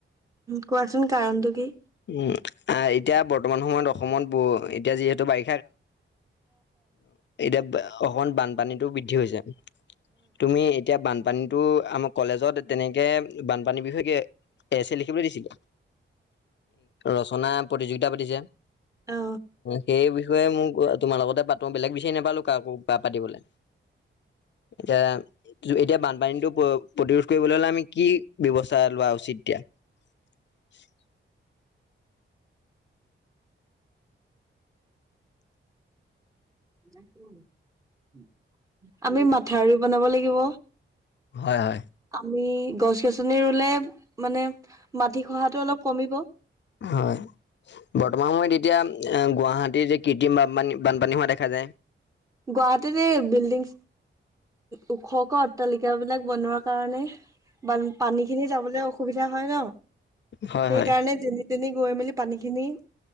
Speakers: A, on the right; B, on the left.
A: কোৱাচোন কাৰণটো কি
B: উম, আ, এতিয়া বৰ্তমান সময়ত অসমত ব এতিয়া যিহেতু বাৰি এতিয়া অসমত বানপানীটো বৃদ্ধি হৈছে, তুমি এতিয়া বানপানীটো আমাক কলেজত তেনেকে বানপানী বিষয়ে এছ এ লিখিবলৈ দিছিলে, ৰচনা প্ৰতিযোগিতা পাতিছে
A: অ
B: সেই ষয়ে মোক তোমাৰ লগতে পাতো বেলেগ বিচাৰি নাপালো কাকো পাতিবলে। এতিয়া, এতিয়া বানপানীতো <unintelligible> প্ৰতিৰোধ কৰিবলৈ হ'লে আমি কি ব্যৱস্থা লোৱা উচিত এতিয়া?
A: <unintelligible> আমি মাথাউৰি বনাব লাগিব।
B: হয় হয়।
A: আমি গছ-গছনি ৰুলে মানে মাটি খহাটো অলপ কমিব
B: হয় বৰ্তমান সময়ত এতিয়া গুৱাহাটীৰ যে কৃত্ৰিম বানপানী বানপানী হোৱা দেখা যায়।
A: গুৱাহাটীত এই বিল্ডিংছ ওখকৈ অট্টালিকাবিলাক বনোৱাৰ কাৰণে বান, পানীখিনি যাবলৈ অসুবিধা হয় ন।
B: হয়
A: সেইকাৰণে
B: হয়।
A: যেনি-তেনি গৈ মেলি পানীখিনি